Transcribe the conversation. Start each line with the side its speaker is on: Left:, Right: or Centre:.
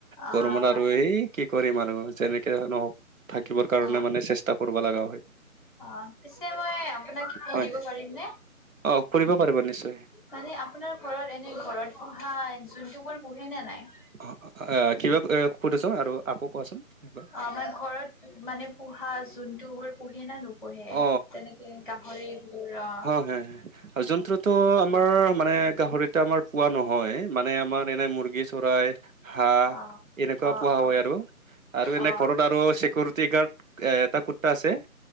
Left: অ
Right: গৰমত
Left: হয়
Right: আৰু এই কি কৰিম আৰু যেনেকে নহওঁক থাকিবৰ কাৰণে
Left: অ
Right: মানে চেষ্টা কৰিব লগা হয়,
Left: অ পিছে মই আপোনাক কিবা সুধিব
Right: হয়।
Left: পাৰিম নে
Right: অ', কৰিব পাৰিবা নিশ্চয়।
Left: মানে আপোনাৰ ঘৰত এনে, ঘৰত পোহা জন্তুবোৰ পোহে নে নাই?
Right: অ', কিবা সুধিছো আৰু আকৌ কোৱাচোন একবাৰ।
Left: অ', আমাৰ ঘৰত মানে পোহা জন্তুবোৰ পোহে নে নো পোহে।
Right: অ
Left: তেনেকে গাহৰিবোৰৰ
Right: আৰু জন্তুটো আমাৰ মানে গাহৰিতে আমাৰ পোৱা নহয়। মানে আমাৰ এনে মুৰ্গী চৰাই হাঁহ
Left: অ
Right: এনেকুৱা
Left: অ
Right: পোৱা
Left: অ
Right: হয় আৰু আৰু এনে
Left: অ
Right: ঘৰত আৰু চিকিউৰিটি গাৰ্ড এ এটা কুটটা আছে,